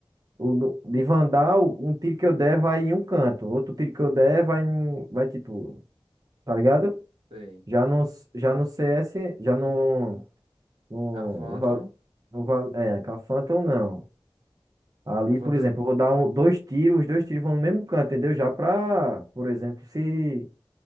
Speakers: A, on the right (about 40°); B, on the right (about 75°).
A: o do- de Vandal, um tiro que eu der vai em um canto, outro tiro que eu der vai em. Vai tipo. Tá ligado?
B: Sei.
A: Já no, já no CS, já no. No,
B: A Phantom.
A: no, Va- no, Va- é, com a Phantom não. Ali,
B: A Phantom.
A: por exemplo, eu vou dar um, dois tiros, os dois tiros vão no mesmo canto, entendeu? Já pra, por exemplo, se,